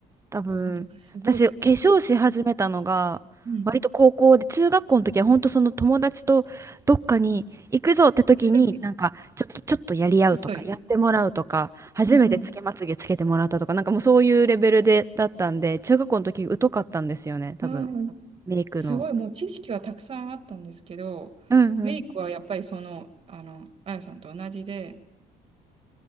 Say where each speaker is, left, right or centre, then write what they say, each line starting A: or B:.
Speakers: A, on the right; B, on the right.
A: 多分私化粧し始めたのが割と高校で中学校の時は本当その友達とどっかに行くぞって時になんかちょっとちょっとやり合うとかやってもらうとか初めてつけまつげつけてもらったとかなんかもうそういうレベルでだったんで中学校の時疎かったんですよね多分
B: そう、なんかすごい、ぶぶうん、時々こっそり。うんうん。うん、
A: メイクの
B: すごいもう知識はたくさんあったんですけど、
A: うんうん
B: メイクはやっぱりその、あの、あやさんと同じで、